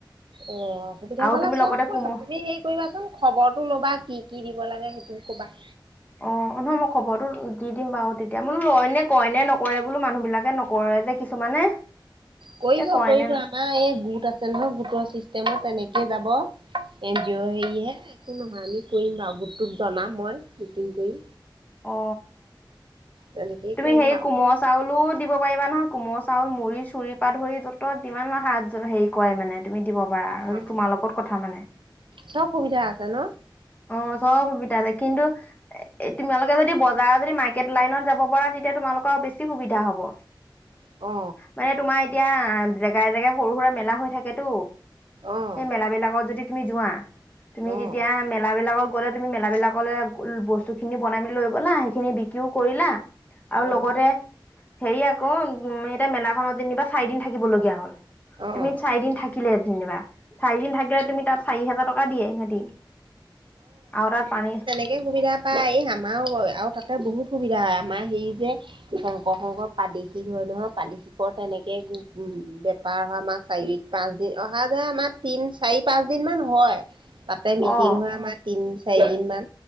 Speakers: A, on the right; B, on the left.
A: অ অসুবিধা
B: আৰু
A: পালা
B: তুমি
A: চব
B: লগতে
A: কৰিম
B: কোম
A: তুমি হেৰি কৰিবাচোন খবৰটো ল'বা কি কি দিব লাগে সেইখিনি ক'বা।
B: অ নহয় মই খবৰটো দি দিম বাৰু তেতিয়া, মই বোলো লয় নে কয় নে নকৰে বোলো মানুহ বিলাকে নক ৰে যে কিছুমানে।
A: কৰিব
B: এ কয়
A: কৰিব
B: নে
A: আমাৰ এই গোট আছে নহয় গোটৰ চিষ্টেমত তেনেকে যাব। এন জি অ' হেৰিহে একো নহয় আমি কৰিম বাৰু গোটটোত জনাম মই মিটিং কৰি।
B: অ অ।
A: তেনেকেই
B: তুমি
A: কৰিম
B: হেৰি
A: বাৰু
B: কোম ল চাউলো দিব পাৰিবা নহয় কোমল চাউল মুড়ি চুৰি পৰা ধৰি য'ত যিমান দিব নহয় হাত হেৰি কয় মানে তুমি দিব পাৰা আৰু এইটো
A: অঁ
B: তোমাৰ লগত কথা মানে।
A: চব সুবিধা আছে ন?
B: অ চব সুবিধা আছে কিন্তু, এ তোমালোকে যদি বজাৰত যদি মাৰ্কেট লাইনত যাব পাৰা তেতিয়া তোমালোকৰ বেছি সুবিধা হ'ব।
A: অ।
B: মানে তোমাৰ এতিয়া জেগাই, জেগাই সৰু সুৰা মেলা হৈ থাকেতো।
A: অঁ
B: সেই মেলা বিলাকত যদি তুমি যোৱা, তুমি
A: অঁ
B: তেতিয়া মে লা বিলাকত গ'লে তুমি মেলা বিলাকলৈ বস্তু খিনি বনাই মি লৈ গ'লা সেইখিনি বিক্ৰীও কৰিলা। আৰু
A: অঁ
B: লগতে হেৰি আকৌ উম এতিয়া মেলাখনত যেনিবা চাৰিদিন থাকিব লগীয়া হ'ল।
A: অঁ
B: তুমি চাৰিদিন থাকিলে যেনিবা, চাৰিদিন থাকিলে তুমি তাত চাৰি হোজাৰ টকা দিয়ে সিহঁতি। আৰু তাত পানী
A: এনেকে সুবিধা পায় এই আমাৰো আৰু তাতে বহুত সুবিধা হয় আমাৰ হেৰি যে শংকৰ সংঘৰ প্ৰাদেশিক হয় নহয়, প্ৰাদেশিকৰ তেনেকে, উম, বেপাৰ হয়, আমাৰ চাৰিআলিত। পাঁচদিন, অহা-যোৱাই আমাৰ, তিন, চাৰি, পাঁচ দিনমান হয়। তাতে মিটিং
B: অ
A: হয় আমাৰ, তিন চাৰি, দিন মান,